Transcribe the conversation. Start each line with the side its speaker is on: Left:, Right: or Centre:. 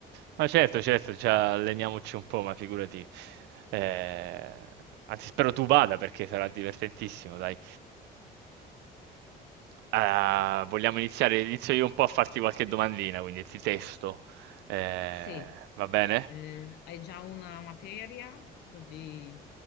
Right: Ma certo, certo, ci alleniamoci un po', ma figurati. Eh, anzi, spero tu vada perché sarà divertentissimo, dai. Ah, vogliamo iniziare? Inizio io un po' a farti qualche domandina, quindi ti testo. Eh,
Left: Sì,
Right: va bene?
Left: eh, hai già una materia, così